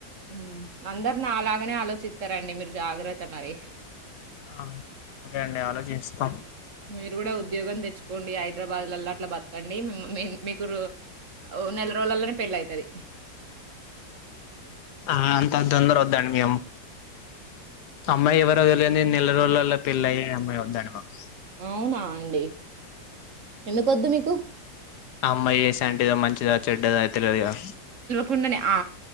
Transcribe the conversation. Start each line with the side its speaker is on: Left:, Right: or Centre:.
Right: మ్మ్ అందరూ నా లాగానే ఆలోచిత్తరండి మీరు జాగ్రత్త మరి
Left: ఆ సరే అండి ఆలోచిస్తాం
Right: మీరు కూడా ఉద్యోగం తెచ్చుకోండి హైదరాబాద్ ల అట్లా బతకండి ము మీ మీ మీకు ఓ నెల రోళ్ళలనే పెళ్ అయితరి
Left: ఆ అంత తొందర వద్దాండి మేము అమ్మాయి ఎవరో తెలియంది నెల రోజులలో పెళ్ళయ్యి అమ్మాయి వద్దాండి మాక్
Right: అవునా అండి ఎందుకు వద్దు మీకు
Left: అమ్మాయి యేసంటిదో మంచిదో చే చెడ్డద తెల్వదు గద
Right: కుండనే ఆ